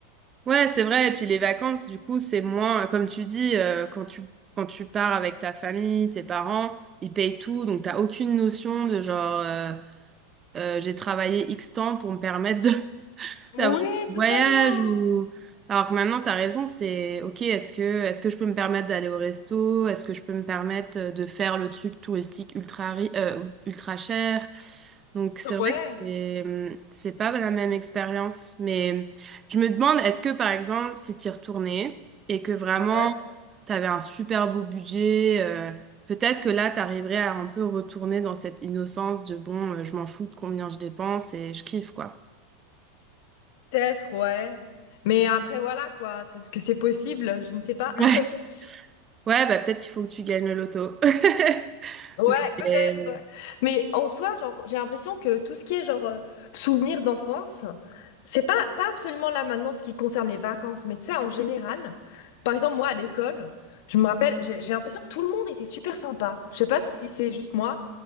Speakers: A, on the right; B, on the left.
A: Ouais, c'est vrai. Et puis les vacances, du coup, c'est moins, comme tu dis, euh, quand tu, quand tu pars avec ta famille, tes parents, ils payent tout, donc t'as aucune notion de genre, euh, euh, j'ai travaillé X temps pour me permettre de,
B: Oui,
A: d'avoir un
B: totalement.
A: voyage ou alors que maintenant t'as raison c'est ok est-ce que est-ce que je peux me permettre d'aller au resto est-ce que je peux me permettre euh, de faire le truc touristique ultra ri- euh, ultra cher donc c'est vrai
B: Ouais,
A: que c'est c'est pas la même expérience mais je me demande est-ce que par exemple si t'y retournais et que vraiment
B: ouais,
A: t'avais un super beau budget euh, Peut-être que là, t'arriverais à un peu retourner dans cette innocence de bon, euh, je m'en fous de combien je dépense et je kiffe, quoi.
B: peut-être, ouais. Mais après, voilà, quoi, c'est ce que c'est possible, je ne sais pas.
A: <laughs>
B: <laughs>
A: Ouais, bah peut-être qu'il faut que tu gagnes le loto. <laughs>
B: Ouais, peut-être.
A: Et-
B: ouais. Mais en soi, genre, j'ai l'impression que tout ce qui est, genre, euh, souvenirs d'enfance, c'est pas, pas absolument là maintenant ce qui concerne les vacances, mais tu sais, en général, par exemple, moi, à l'école, je me rappelle, j'ai j'ai l'impression que tout le monde était super sympa. Je sais pas si c'est juste moi.